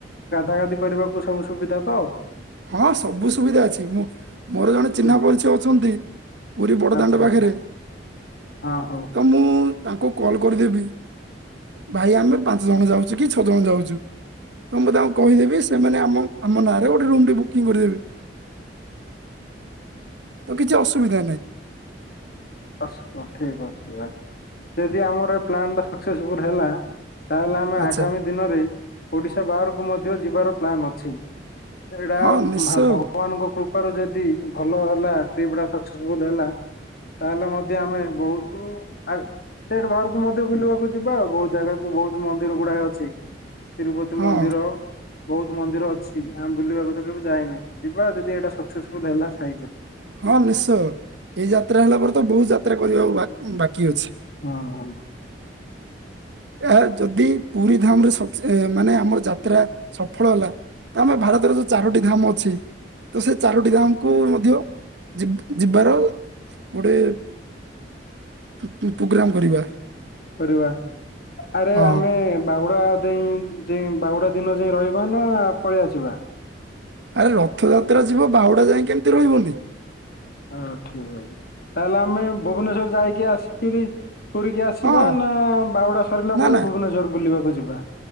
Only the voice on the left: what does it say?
ଗାଧା ଗାଧି କରିବାକୁ ସବୁ ସୁବିଧା ତ
ଠିକ୍
ଅଛି
ଆଚ୍ଛା
ଆଚ୍ଛା ହଁ ହଉ
ଆ ଠିକ ଅଛିଠିକ ଅ ଯଦି ଆମର ଏ ପ୍ଲାନ୍ ଟା ସକ୍ସେସଫୁଲ ହେଲା ତାହେଲେ ଆମେ
ଆଗାମୀ ଦିନରେ ଓଡିଶା ବାହାର କୁ ମଧ୍ୟ ଯିବାର ପ୍ଲାନ୍ ଅଛି ଏଇଟା
ଭା ଭଗବାନଙ୍କ କୃପାରୁ ଯଦି ଭଲ ହେଲା ଟ୍ରିପ ଟା ସକ୍ସେସଫୁଲ ହେଲା ତାହେଲେ ମଧ୍ୟ ଆମେ ବହୁତ ଆ ଷ୍ଟେଟ ବାହର ମଧ୍ୟ ବୁଲିବାକୁ ଯିବା ଆଉ ବହୁତ ଜାଗାକୁ ବହୁତ ମନ୍ଦିର ଗୁଡାଏ ଅଛି ତିରୁପତି
ମନ୍ଦିର ବହୁତ ମନ୍ଦିର ଅଛି ଆମେ ବୁଲିବା କଥା କେବେ ଯାଇନି ଯିବା ଯଦି ଏଇଟା ସକ୍ସେସଫୁଲ ହେଲା ସାାଇ
ହଁ
କରିବା ଆରେ
ଆମେ ବାହୁଡା ଯେ ଯେ ବାହୁଡା ଦିନ ଯାଇ ରହିବା ନା ପଳେଇ ଆସିବା?
ହଁ ଠିକ ଅଛି ତାହେଲେ ଆମେ ଭୁବନେଶ୍ୱର ଯାଇକି ଆସିକିରି ପୁରୀକି ଆସିବା
ନା ବାଉଡା ସରିଲା
ପରେ
ଭୁବନେଶ୍ୱର ବୁଲିବା କୁ ଯିବା।